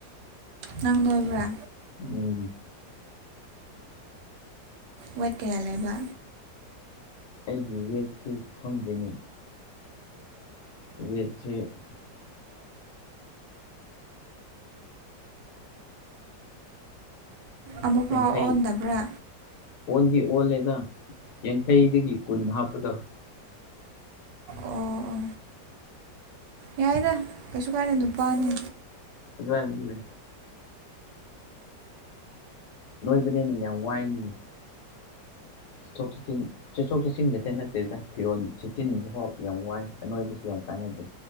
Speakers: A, on the right; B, on the left.
A: ꯅꯪ ꯅꯣꯏꯕ꯭ꯔꯥ
B: ꯎꯝ
A: ꯋꯦꯠ ꯀꯌꯥ ꯂꯩꯕ
B: ꯑꯩꯒꯤ ꯌꯦꯠꯁꯤ ꯈꯪꯖꯅꯤ <inaudible>
A: ꯑꯃꯐꯥꯎ
B: ꯌꯥꯡꯈꯩ
A: ꯑꯣꯟꯗꯕ꯭ꯔꯥ
B: ꯑꯣꯟꯗꯤ ꯑꯣꯜꯂꯦꯗ ꯌꯥꯡꯈꯩꯗꯒꯤ ꯀꯨꯟ ꯍꯥꯞꯄꯗꯕ
A: ꯑꯣ ꯑꯣ ꯌꯥꯏꯗ ꯀꯩꯁꯨ ꯀꯥꯏꯗ ꯅꯨꯄꯥꯅꯤ
B: ꯑꯗꯨꯦ ꯅꯣꯏꯕꯅꯦꯅꯦ ꯌꯥꯝ ꯋꯥꯏꯅꯤ ꯆꯊꯣꯛ ꯆꯟ ꯆꯠꯊꯣꯛ ꯆꯠꯁꯤꯟ ꯈꯛꯇ ꯅꯠꯇꯦꯗ ꯐꯤꯔꯣꯜ ꯆꯦꯠꯁꯤꯟꯕꯐꯥꯎ ꯌꯥꯝ ꯋꯥꯏ ꯑꯅꯣꯏꯕꯁꯨ ꯌꯥꯝꯏ ꯀꯥꯟꯅꯗꯦ